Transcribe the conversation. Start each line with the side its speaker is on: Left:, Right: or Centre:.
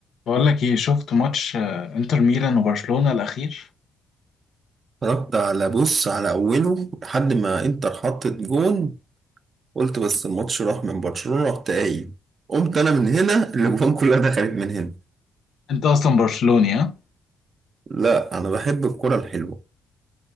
Left: بقول لك ايه شفت ماتش آه، انتر ميلان وبرشلونة الاخير
Right: اتفرجت على بص على أوله لحد ما إنتر حطت جون قلت بس الماتش راح من برشلونة رحت قايم قمت أنا من هنا الأجوان كلها دخلت من هنا
Left: انت اصلا برشلوني ها
Right: لا أنا بحب الكرة الحلوة